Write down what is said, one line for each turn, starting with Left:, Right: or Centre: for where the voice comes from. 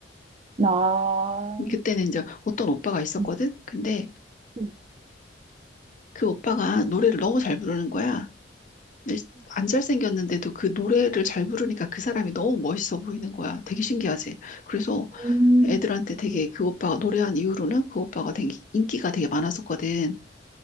Right: 아.
Left: 그때는 이제 어떤 오빠가 있었거든.
Right: 음.
Left: 근데
Right: 음.
Left: 그 오빠가 노래를 너무 잘 부르는 거야. 근데 안 잘생겼는데도 그 노래를 잘 부르니까 그 사람이 너무 멋있어 보이는 거야. 되게 신기하지? 그래서
Right: 음.
Left: 애들한테 되게
Right: 음.
Left: 그 오빠가 노래한 이후로는 그 오빠가 되게 인기가 되게 많았었거든.